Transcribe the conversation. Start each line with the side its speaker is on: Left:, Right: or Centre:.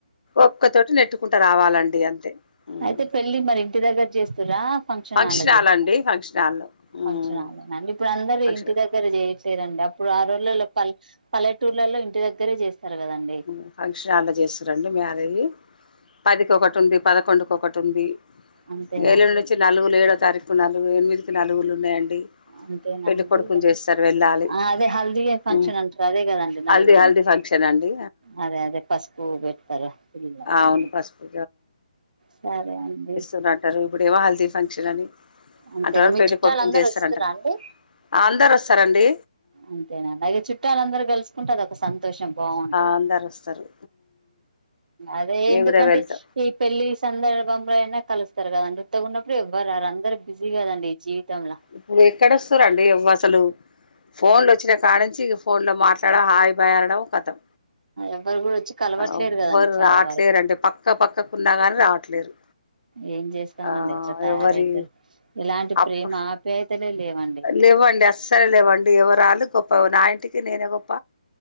Left: ఒక్కతోటి నెట్టుకుంటా రావాలండి అంతే ఉమ్.
Right: అయితే పెళ్ళి మరి ఇంటి దగ్గర చేస్తురా
Left: ఫంక్షన్
Right: హాల్లో
Left: హాల్
Right: చేస్తారా
Left: అండి ఫంక్షన్ హాల్లో
Right: ఫంక్షన్
Left: ఉమ్.
Right: హాల్ లోనా అండి ఇప్పుడు అందరు
Left: ఫంక్షన్
Right: ఇంటి దగ్గర చేయట్లేదండి అప్పుడు ఆ రోజుల్లో పల్ పల్లెటూర్లలో ఇంటి దగ్గరే చేస్ తర్ కదా అండి
Left: ఉహ్ ఫంక్షన్ హాల్లో చేస్తారండి మ్యారేజ్ పదికి ఒక్కటి ఉంది పదకొండు ఒక్ తుంది
Right: అంతేనా
Left: ఏళ్ల
Right: అండి
Left: నుంచి నలుగులు ఏడ తారీకు నలుగు ఎనిమిదికి నలుగులు ఉన్నాయండి
Right: అంతేనా
Left: పెళ్ళి
Right: అండి
Left: కొడుకుని
Right: ఇగ
Left: చేస్తారు వెళ్ళాలి
Right: ఆ అదే హల్దీ ఫంక్షన్
Left: ఉ
Right: అంటారు అదే కదండి నలుగులు
Left: హల్ది హల్ది
Right: అంటే
Left: పన్ క్షన్ అండి
Right: అదే అదే పసుపు పెడతారు పెళ్లిళ్లలో
Left: అవును
Right: అ
Left: పసుపు
Right: సారే అండి
Left: పునా అంటారు ఇప్పుడేమో హల్దీ ఫంక్షన్ అని
Right: అంతేనా
Left: అంటారు
Right: మీ
Left: పెళ్లి
Right: చుట్టాలందరూ
Left: కొడుకుని చేస్తారంట
Right: వస్తుర్రా అండి
Left: అందరు వస్తారండి
Right: అంతేనా అ అలాగే చుట్టాల అందరు గలుసుకుంటె అదొక సంతోషం బాగుంటది
Left: అందరు వస్తారు
Right: అదే
Left: మేము
Right: ఎందుకంటే
Left: కూడా వెళ్తా
Right: ఈ పెళ్ళలి సందర్భం అయినా కలుస్తారు కదా ఉత్తగ ఉన్నప్పుడు ఎవ్వరు రారు అందరు బిజీ కదండి జీవితంలో
Left: ఇప్పుడు ఎక్కడ వస్తారండి అసలు ఫోన్లు వచ్చినా కాణ్ను నుంచి ఫోన్ లో మాట్లాడ హాయ్ భాయ్ అనడం కతం
Right: ఎవ్వరు కూడా వచ్చి కలవట్లేరు
Left: ఎవ్వరు
Right: కదండి చాలా
Left: రావట్లేరుంటే
Right: వరకు
Left: పక్క పక్కకున్నా కానీ రావట్లేరు
Right: ఏం చేస్తామండి
Left: ఆ
Right: అట్లా తయారవుతారు
Left: ఎవరి
Right: ఇలాంటి
Left: అప్పు
Right: ప్రేమ ఆప్యాయతలే లేవండి
Left: లేవండి అస్ సరేలేవండి ఎవరురాళ గొప్పవ నా ఇంటికి నేనే గొప్ప